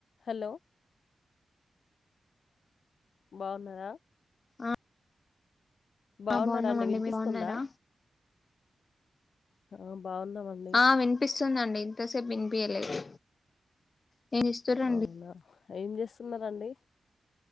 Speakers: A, on the left (about 70°); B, on the left (about 40°).
A: Hello బాగున్నారా
B: ఆ
A: బాగున్న
B: బాగున్నామండి
A: రండి వినిపిస్తుందా
B: మీరు బాగున్నారా
A: ఆ బాగున్నామండి.
B: ఆ వినిపిస్తుందండి ఇంతసేపు వినిపియలేదు నేను ఇస్తూ రండి
A: అవునా ఏం చేస్తున్నారండి